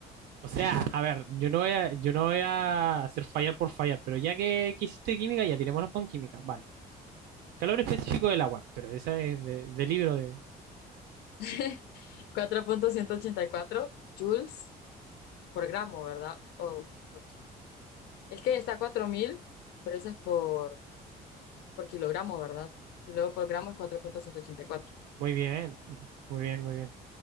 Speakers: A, on the right; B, on the left.
A: o sea, a ver, yo no voy a, yo no voy a hacer fallar por fallar, pero ya que, que hiciste química, ya tirémonos con química. Vale. Calor específico del agua, pero esa es de, de libro de.
B: <laughs> cuatro punto ciento ochenta y cuatro joules por gramo, ¿verdad? O por ki- es que está 4.000, pero eso es por, por kilogramo, ¿verdad? Y luego por gramo es cuatro punto ciento ochenta y cuatro.
A: Muy bien, muy bien, muy bien.